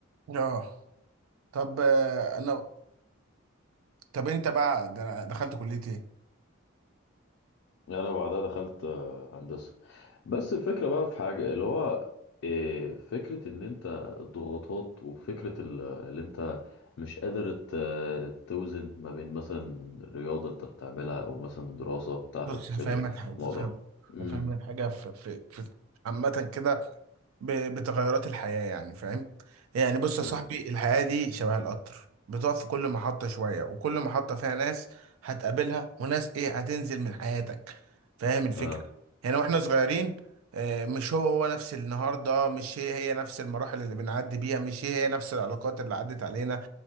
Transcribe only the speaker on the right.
آه طب آه، أنا طب أنت بقى د- دخلت كلية إيه؟
بص هفهمك
حاجة
هفهم
هفهمك حاجة في في في عامة كده ب- بتغيرات الحياة يعني فاهم يعني بص
يا صاحبي
الحياة دي شبه القطر بتقف في كل محطة شوية وكل محطة فيها ناس هتقابلها وناس ايه هتنزل من حياتك فاهم الفكرة
يعني واحنا صغيرين آه، مش هو هو نفس النهاردة مش هي هي نفس المراحل اللي بنعدي بيها مش هي هي نفس العلاقات اللي عدت علينا